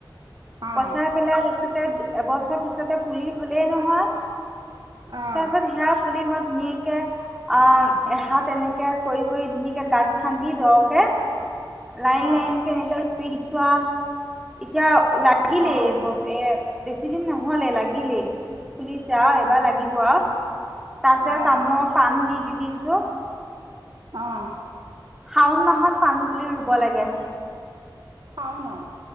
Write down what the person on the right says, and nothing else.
অঁ
অঁ
অঁ
অঁ
অঁ অঁ
অহ
শাওনত